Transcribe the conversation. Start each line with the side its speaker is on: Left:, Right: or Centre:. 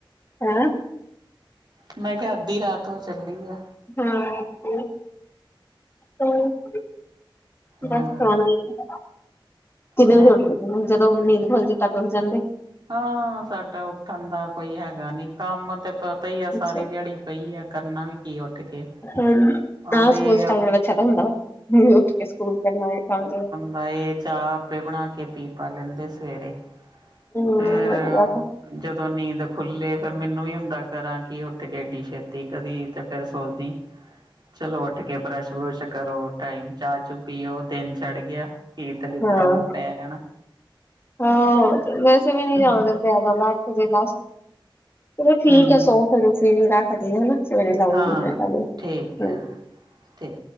Left: ਹੈਂ
Right: ਮੈਂ ਕਿਆ ਅੱਧੀ ਰਾਤ ਹੋ ਚੱਲੀ ਆ।
Left: ਹੂ ਔ ਹ, ਬਸ
Right: ਹਾਂ,
Left: ਖਾਣਾ ਹੀ ਹੈ। ਕਿੰਨੇ
Right: ਹੈਂ।
Left: ਵਜੇ ਉੱਠਦੇ ਹੋ, ਜਦੋਂ ਨੀਂਦ ਖੁੱਲ ਜਾਂਦੀ ਹੈ ਤਦ ਉੱਠ ਜਾਂਦੇ ਹੋ
Right: ਹਾਂ ਸਾਡਾ ਉੱਠਣ ਦਾ ਕੋਈ ਹੈਗਾ ਨੀ, ਕੰਮ ਤੇ ਪਈ ਆ,
Left: ਅੱਛਾ
Right: ਸਾਰੀ ਦਿਹਾੜੀ ਪਈ ਆ ਕਰਨਾ ਵੀ ਕੀ ਉੱਠ ਕੇ
Left: ਹਾਂ
Right: ਔਰ
Left: ਹ ਸਕੂਲ
Right: ਇਹ
Left: ਸਟਾਰਟ ਬਚਿਆ ਦਾ ਤਾਂ ਹੁੰਦਾ ਵਾ, ਉੱਠ ਕੇ ਸਕੂਲ ਕਰਨਾ ਕੰ
Right: ਬ ਇਹ ਚਾਹ ਆਪੇ ਬਣਾ ਕੇ ਪੀ ਪਾ ਲੈਂਦੇ ਸਵੇਰੇ
Left: ਹੂ
Right: ਫੇਰ
Left: ਵਧੀਆ ਹੈ
Right: ਜਦੋਂ ਨੀਂਦ ਖੁੱਲੇ, ਫੇਰ ਮੈਨੂੰ ਵੀ ਹੁੰਦਾ, ਕਰਾਂ ਕੀ ਉੱਠ ਕੇਡੀ ਛੇਤੀ ਕਦੀ ਤੇ ਫਿਰ ਸੋਚ ਦੀ ਚਲੋ ਉੱਠ ਕੇ ਬਰੱਸ਼ ਬੁਰਸ਼ ਕਰੋ, ਟਾਈਮ ਚਾਹ ਚੂ ਪੀਓ, ਦਿਨ ਚੜ ਗਿਆ ਕੀ ਦਲਿਦਰਾਂ
Left: ਹਾਂ,
Right: ਵਾਂਗੂੰ ਪੈ ਜਾਣਾ
Left: ਹਾਂ ਵੈਸੇ ਵੀ ਨਹੀਂ
Right: ਹੂੰ,
Left: ਜਿਆਦਾ ਪਿਆ ਜਾਂਦਾ, ਅੱਠ ਵਜੇ ਲਾਸਟ ਚਲੋ ਠੀਕ
Right: ਹੂੰ।
Left: ਹੈ, ਸੋਹ ਫਿਰ ਤੁਸੀਂ ਵੀ ਰੱਖਦੀ ਹੈਨਾ, ਸਵੇਰੇ ਲਾਉਗੀ
Right: ਹਾਂ
Left: ਫੱਲ ਹ
Right: ਠੀਕ ਹੈ ਠੀਕ